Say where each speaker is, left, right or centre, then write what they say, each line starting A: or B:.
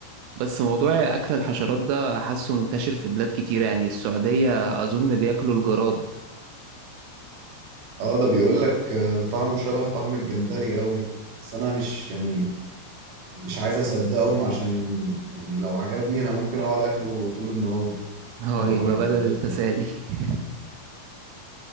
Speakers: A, on the right (about 85°); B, on the right (about 55°).
A: بس موضوع أكل الحشرات ده حاسه منتشر في بلاد كتيرة يعني السعودية أظن بياكلوا الجراد
B: اه ده بيقول لك آه، طعمه شبه طعم الجمبري قوي بس انا مش يعني مش عايز اصدقهم عشان يعني لو عجبني انا ممكن اقعد اكله طول النهار
A: <laughs> هو
B: اكون
A: يبقى
B: باكل حشرات
A: بدل التسالي
B: يعني.
A: <laughs>